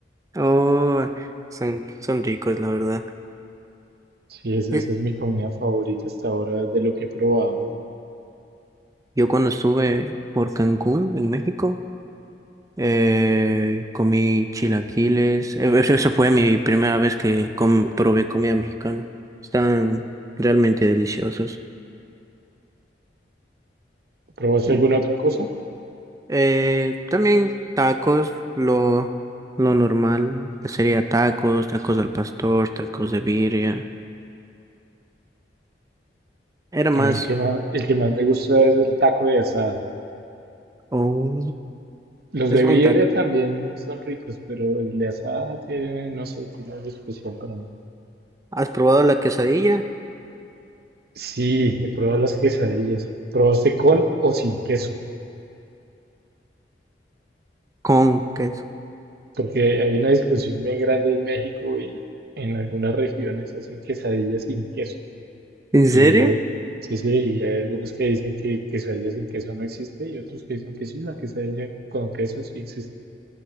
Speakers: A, on the right; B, on the right.
A: Oh, son, son ricos, la verdad.
B: Sí, es- esa
A: Yo
B: es mi comida favorita hasta ahora de lo que he probado, ¿no?
A: yo cuando estuve por Cancún, en México, eh, comí chilaquiles. Eh, Esa esa fue mi primera vez que com- probé comida mexicana. Están realmente deliciosos.
B: ¿Probaste
A: En-
B: alguna otra cosa?
A: eh, también tacos, lo, lo normal sería tacos, tacos al pastor, tacos de birria. Era más...
B: A mí el que más, el que más me gusta es el taco de asada.
A: oh,
B: Los
A: es
B: de
A: buen
B: birria
A: taco.
B: también son ricos, pero el de asada tiene, no sé, tiene algo especial para mí.
A: ¿Has probado la quesadilla?
B: Sí, he probado las quesadillas. ¿Probaste con o sin queso?
A: ¿Con queso?
B: Porque hay una discusión bien grande en México y en algunas regiones hacen quesadillas sin queso.
A: ¿En serio?
B: Y eh, sí, sí, y hay algunos que dicen que quesadilla sin queso no existe y otros que dicen que sí, la quesadilla con queso sí existe.